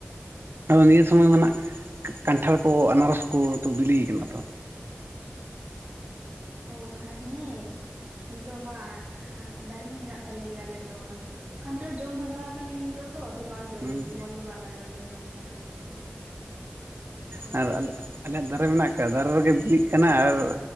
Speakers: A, on the right; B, on the right.
A: ᱟᱫᱚ ᱱᱤᱭᱟᱹ ᱥᱚᱢᱚᱭ ᱢᱟᱱᱟᱜ ᱠᱟᱱᱴᱷᱟᱲ ᱠᱚ ᱟᱱᱟᱨᱚᱥ
B: ᱦᱮᱸ
A: ᱠᱚ ᱛᱚ ᱵᱤᱞᱤᱭ ᱠᱟᱱᱟ ᱛᱚ
B: ᱚ ᱠᱷᱟᱨ ᱦᱮᱸ ᱱᱤᱛᱚᱜ ᱢᱟ ᱫᱟᱨᱮ ᱦᱚᱸ ᱢᱮᱱᱟᱜ ᱛᱟᱞᱮ ᱜᱮᱭᱟ ᱟᱞᱮ ᱫᱚ ᱚᱱᱟ ᱠᱟᱱᱴᱷᱟᱲ ᱡᱚᱢ ᱵᱷᱟᱜᱟᱣ ᱟᱠᱟᱱᱟᱧ ᱱᱤᱛᱚᱜ ᱫᱚ ᱟᱫᱚ ᱵᱟᱝ ᱡᱚᱢ
A: ᱦᱩᱸ
B: ᱢᱚᱱ ᱫᱚ ᱵᱟᱝ ᱞᱟᱜᱟᱣ ᱤᱧᱟᱹ ᱡᱚᱢ ᱛᱮᱫ ᱱᱤᱛᱚᱜ ᱫᱚ ᱚᱱᱟ
A: ᱟᱨ ᱟᱞᱮ ᱟᱞᱮᱭᱟᱜ ᱫᱟᱨᱮ ᱢᱮᱱᱟᱜ ᱟᱠᱟᱫ ᱫᱟᱨᱮ ᱨᱮᱜᱮ ᱵᱤᱞᱤᱜ ᱠᱟᱱᱟ ᱟᱨ